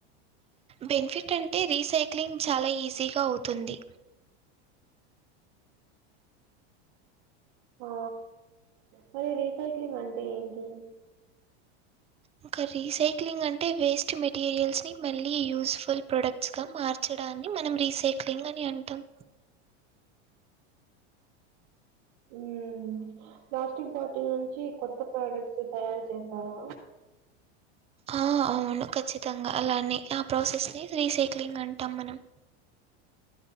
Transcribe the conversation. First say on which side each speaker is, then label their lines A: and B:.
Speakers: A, on the right; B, on the right.
A: బెనిఫిట్ అంటే రీసైక్లింగ్ చాలా ఈజీగా అవుతుంది
B: ఓ మరి రీసైక్లింగ్ అంటే ఏంటి
A: ఇంక రీసైక్లింగ్ అంటే వేస్ట్ మెటీరియల్స్ ని మళ్ళీ యూజ్ ఫుల్ ప్రొడక్ట్స్ గా మార్చడాన్ని మనం రీసైక్లింగ్ అని అంటాం
B: ఉమ్ ప్లాస్టిక్ బాటిల్ నుంచి కొత్ కొత్త డక్ట్సు తయారు చేస్తారా
A: ఆ అవును ఖచ్చితంగా అలాని ఆ ప్రాసెస్ని రీసైక్లింగ్ అంటాం మనం